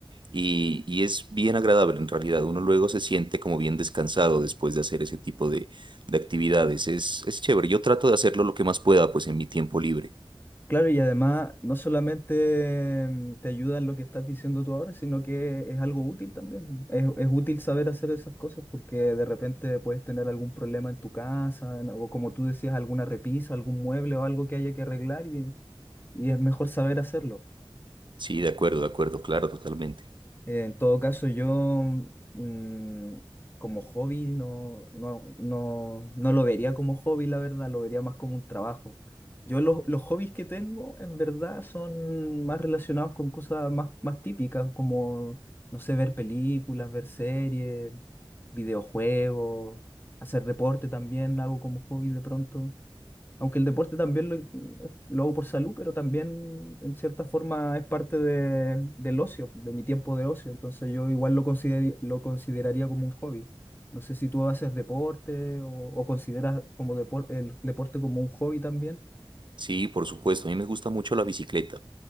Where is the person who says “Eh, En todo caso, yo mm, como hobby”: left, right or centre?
Left